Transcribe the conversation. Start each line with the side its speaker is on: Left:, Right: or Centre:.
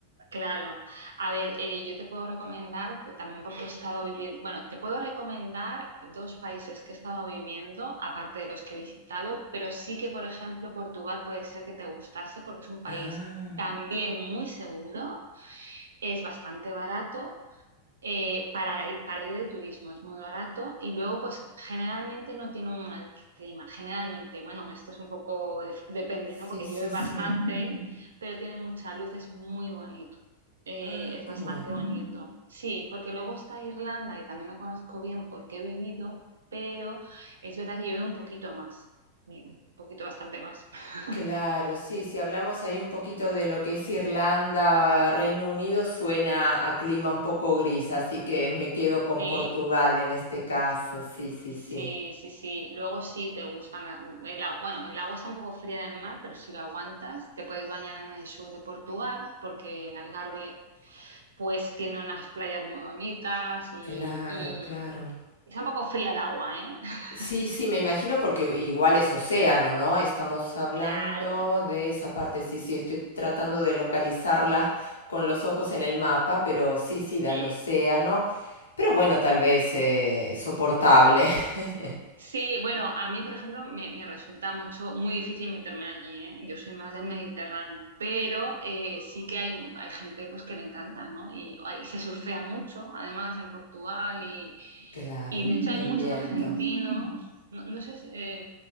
Right: Claro, a ver, eh, yo te puedo recomendar, pues también porque he estado viviendo, bueno, te puedo recomendar dos países que he estado viviendo, aparte de los que he visitado, pero sí que, por ejemplo, Portugal puede ser que te gustase porque es un país
Left: Ah,
Right: también muy seguro, es bastante barato eh, para, ir, para ir de turismo, es muy barato y luego pues generalmente no tiene un mal clima, generalmente, bueno, esto es un poco, de- depende,
Left: sí,
Right: ¿no? Porque
Left: sí,
Right: llueve
Left: sí.
Right: bastante, pero tiene mucha luz, es muy bonito, eh,
Left: Ah,
Right: es
Left: qué
Right: bastante
Left: bueno.
Right: bonito. Sí, porque luego está Irlanda, que también lo conozco bien porque he vivido, pero es verdad que llueve un poquito más, un poquito bastante más. <laughs>
Left: Claro, sí, si hablamos ahí un poquito de lo que es Irlanda, ah, Reino Unido, suena a clima un poco gris, así que me quedo con
Right: Sí.
Left: Portugal en este caso, sí, sí,
Right: Sí,
Left: sí.
Right: sí, sí. Luego sí te gustan, a- el agua, bueno, el agua está un poco fría del mar, pero si lo aguantas, te puedes bañar en el sur de Portugal, porque el Algarve pues tiene unas playas muy bonitas y,
Left: Claro,
Right: y
Left: claro.
Right: está un poco fría el agua, ¿eh? <laughs>
Left: Sí, sí, me imagino porque igual es océano, ¿no? Estamos hablando
Right: Claro.
Left: de esa parte, sí, sí, estoy tratando de localizarla con los ojos en el mapa, pero sí, sí,
Right: Sí.
Left: da al océano, pero bueno, tal vez eh, soportable. <laughs>
Right: Sí, bueno, a mí, por ejemplo, me, me resulta mucho, muy difícil meterme allí, ¿eh? Yo soy más del Mediterráneo, pero eh, sí que hay, hay gente pues, que le encanta, ¿no? Y, y se surfea mucho, además, en Portugal y,
Left: Claro,
Right: y de hecho
Left: el
Right: hay muchos
Left: viento.
Right: argentinos, no, no sé, si, eh,